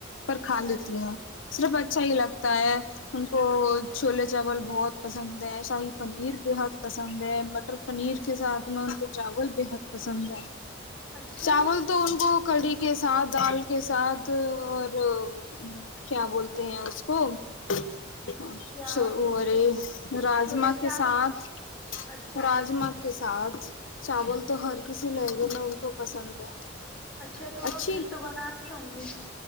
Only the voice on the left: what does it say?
پر
کھا لیتی ہیں صرف اچھا ہی لگتا ہے ان کو چھولے چاول بہت پسند ہے شاہی پنیر بحد پسند ہے مٹر پنیر کے ساتھ میں ان کو چاول بےحد پسند ہے
چاول تو ان کو کڑھی کے ساتھ ال کے ساتھ اور ہ کیا بولتے ہیں اس کو ا
اورے
راجما
کے ساتھ
راجما
کے ساتھ چاول
تو ہر کسی لہجے میں ان کو پسند ہے
اچھی